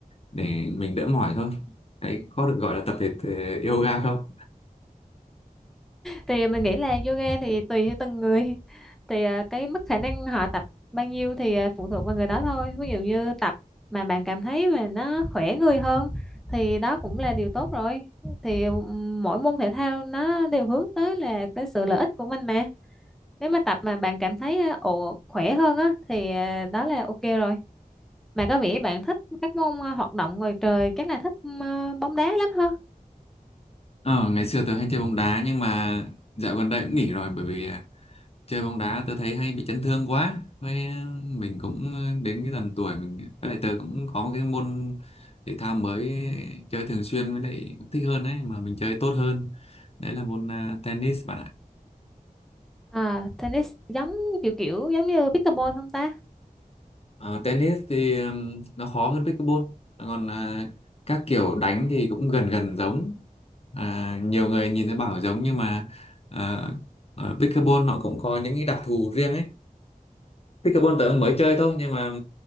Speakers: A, on the left; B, in the centre.
A: để mình đỡ mỏi thôi đấy có được gọi là tập thể thể yoga không
B: thì mình nghĩ là yoga thì tùy theo từng người <laughs> thì à, cái mức khả năng họ tập bao nhiêu thì à, phụ thuộc vào người đó thôi ví dụ như tập mà bạn cảm thấy mà nó khỏe người hơn thì đó cũng là điều tốt rồi thì ừm, mỗi môn thể thao nó đều hướng tới là cái sự lợi ích của mình mà nếu mà tập mà bạn cảm thấy à, ồ khỏe hơn á thì à, đó là ok rồi mà có vẻ bạn thích các môn à, hoạt động ngoài trời chắc là thích ừm, à, bóng đá lắm hơn
A: ờ, ngày xưa tớ hay chơi bóng đá nhưng mà dạo gần đây cũng nghỉ rồi bởi vì chơi bóng đá tớ thấy hay bị chấn thương quá với ờ, mình cũng ờ, đến cái tầm tuổi mình với lại tớ cũng có một cái môn thể thao mới chơi thường xuyên với lại cũng thích hơn ấy mà mình chơi tốt hơn đấy là môn à, tennis bạn ạ
B: à tennis giống kiểu kiểu giống như pickleball không ta
A: Ờ, tennis thì ừm, nó khó hơn pickleball còn à, các kiểu đánh thì cũng gần gần giống à, nhiều người nhìn thấy bảo giống nhưng mà à, ở pickleball nó cũng có những cái đặc thù riêng ấy Pickleball tớ mới chơi thôi nhưng mà